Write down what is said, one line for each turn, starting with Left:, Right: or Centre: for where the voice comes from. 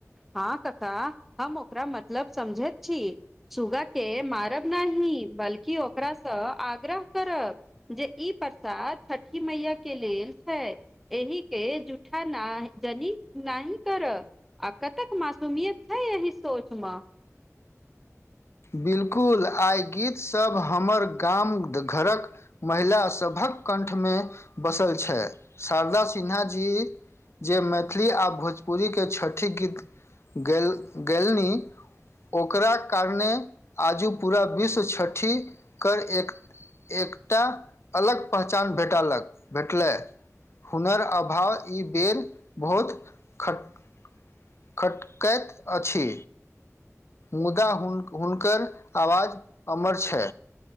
Centre: हँ कक्का हम ओकरा मतलब समझैत छी। सुगा के मारब नहि बल्कि ओकरा सँ आग्रह करब जे ई प्रसाद छठी मैया के लेल छै। एहि के जूठा नाह जनी नाहि करऽह। कतेक मासूमियत छै एहि सोच म
Left: बिल्कुल आइ गीत सब हमर गाम घरक महिला सबहक कण्ठमे बसल छय शारदा सिन्हा जी जे मैथिली आ भोजपुरीके छठिक गीत गेल- गेलनी ओकरा कारणे आजू पूरा विश्व छठि कर एक एकटा अलग पहचान भेटऽलक भेटलै। हुनर आ भाव ई बेर बहुत खट खटकैत अछि। मुदा हुन- हुनकर आवाज अमर छै।